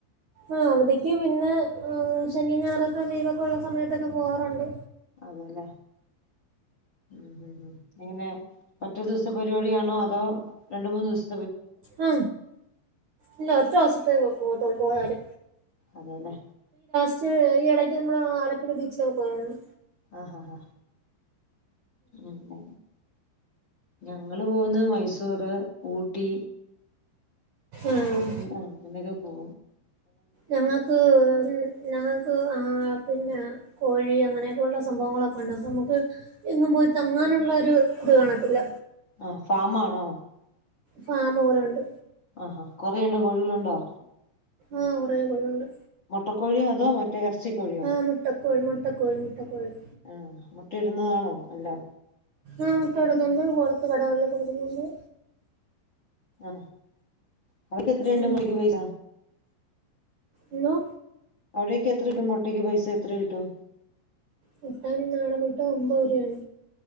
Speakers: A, on the right (about 60°); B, on the left (about 25°).
A: ആ അവധിക്ക് പിന്നെ ആ ശനി ഞാറൊക്കെ ലീവൊക്കെ ഉള്ള സമയത്തൊക്കെ പൂവാറുണ്ട്
B: അതെ ഇല്ലേ ഉം ഉം എങ്ങനെ ഒറ്റ ദിവസ പരിപാടി- ത്തേക്കാണോ അതോ രണ്ട് മൂന്ന് ദിവസ
A: ആ ഇല്ല ഒറ്റ ഓസത്തെ പോവതുള്ളൊ പോ പോയാല്
B: അതെ ല്ലേ
A: ഈ ഇടയ്ക്ക് മ്മള് ആലപ്പുഴ ബീച്ചിലൊക്കെ പോയാരുന്നു
B: ആ ഹാ ഹാ ഉം ഉ ഞങ്ങള് പോകുന്നത് മൈസൂറ് ഊട്ടി
A: ആഹ്
B: പോകും, ങ്ങനൊക്കെ പോവും.
A: ഞങ്ങൾക്ക് ഞങ്ങൾക്ക് ആ..
B: <inaudible>
A: കോഴി അങ്ങനെയൊക്കെയുള്ള സംഭവങ്ങളൊക്കെ ഉണ്ട് അപ്പൊ നമുക്ക് എങ്ങും പോയി തങ്ങാനുള്ള ഒരു ഇത് കാണത്തില്ല.
B: ആ.. ഫാമാണോ?
A: ഫാമ് പോലെ ണ്ട്.
B: ആ.. കൊറെണ്ടോ കോഴികള്ണ്ടോ?
A: ആ കൊറെ കോഴികള്ണ്ട്.
B: മുട്ടകോഴിയോ? അതോ മറ്റേ ഇറച്ചികോഴിയോ?
A: ആഹ് മുട്ടക്കോഴി മുട്ടക്കോഴി മുട്ടക്കോഴി
B: ആ.. മ്മ്. മുട്ട ഇടുന്നതാണോ എല്ലാം?
A: ആ മൊട്ട ഇടുന്നുണ്ട് കോളത്ത് കടകളില് കൊടുക്കുന്നുണ്ട്.
B: ആ അവടിപ്പോ എത്രണ്ട്
A: ഉം
B: മൊട്ടക്ക് പൈസ.
A: ഇന്നോ
B: അവിടൊക്കെ എത്ര കിട്ടും മൊട്ടയ്ക്ക് പൈസ എത്ര കിട്ടും?
A: മൊട്ട നാടൻ മൊട്ട ഒമ്പത് രൂപാണ്.